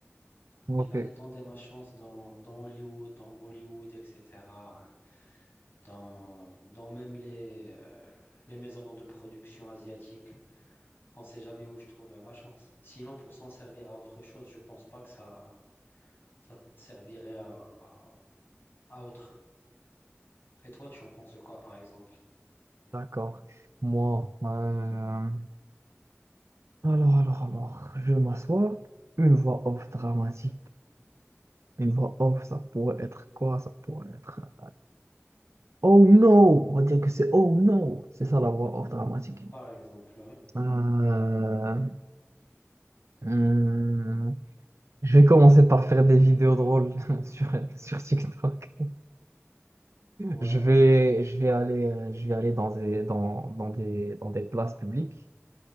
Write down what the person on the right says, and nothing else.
ok,
d'accord. Moi, euh, alors, alors, alors, je m'assois. Une voix off dramatique. Une voix off, ça pourrait être quoi? Ça pourrait être. euh, Oh no! On va dire que c'est oh no! C'est ça la voix off dramatique.
Euh, hum, je vais commencer par faire des vidéos drôles <laughs> sur, sur TikTok.
Je vais,
je vais aller, euh, je vais aller dans des, dans, dans des, dans des places publiques.